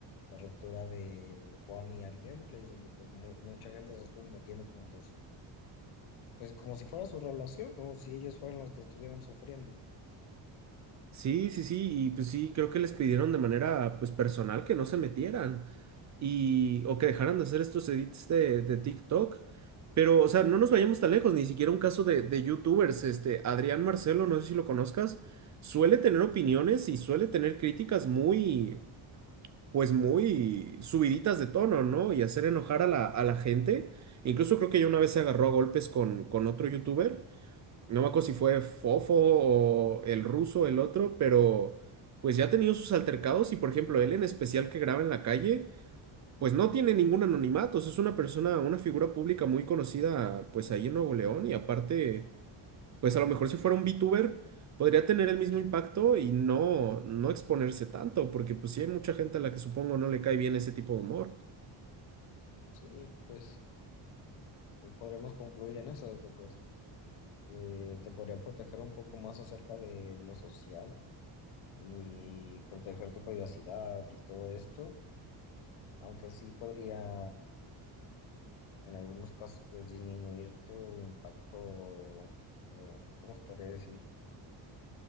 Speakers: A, on the left; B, on the right.
A: la ruptura de Juan y Ari Gameplays, donde pues mu- mucha gente se estuvo metiendo como pues, pues como si fuera su relación, o si ellos fueran los que estuvieran sufriendo.
B: Sí, sí, sí, y pues sí, creo que les pidieron de manera pues personal que no se metieran y o que dejaran de hacer estos edits de, de TikTok. Pero, o sea, no nos vayamos tan lejos, ni siquiera un caso de, de YouTubers, este, Adrián Marcelo, no sé si lo conozcas, suele tener opiniones y suele tener críticas muy, pues muy subiditas de tono, ¿no? Y hacer enojar a la, a la gente. Incluso creo que ya una vez se agarró a golpes con, con otro YouTuber no me acuerdo si fue Fofo o el ruso, el otro, pero pues ya ha tenido sus altercados y por ejemplo él en especial que graba en la calle, pues no tiene ningún anonimato, o sea, es una persona, una figura pública muy conocida pues ahí en Nuevo León y aparte, pues a lo mejor si fuera un VTuber podría tener el mismo impacto y no, no exponerse tanto, porque pues sí hay mucha gente a la que supongo no le cae bien ese tipo de humor.
A: Sí, pues eh, podremos concluir en eso, de que pues eh, te podría proteger un poco más acerca de lo social ni proteger tu privacidad y todo esto, aunque sí podría en algunos casos pues disminuir tu impacto, o, ¿cómo se podría decir?